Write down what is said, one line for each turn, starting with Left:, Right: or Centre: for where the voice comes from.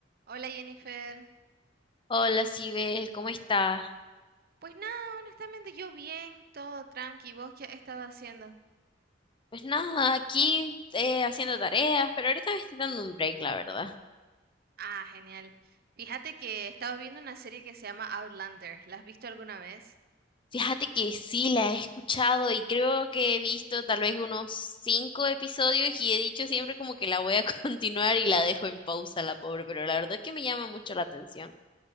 Right: Hola Jennifer.
Left: Hola, Sibel, ¿cómo está?
Right: Pues nada, honestamente yo bien, todo tranqui. ¿Vos qué has estado haciendo?
Left: Pues nada, aquí eh, haciendo tareas, pero ahorita me estoy dando un break, la verdad.
Right: Ah, genial. Fíjate que he estado viendo una serie que se llama Outlander. ¿La has visto alguna vez?
Left: Fíjate que sí, la he escuchado y creo que he visto tal vez unos cinco episodios y he dicho siempre como que la voy a <laughs> continuar y la dejo en pausa, la pobre, pero la verdad es que me llama mucho la atención.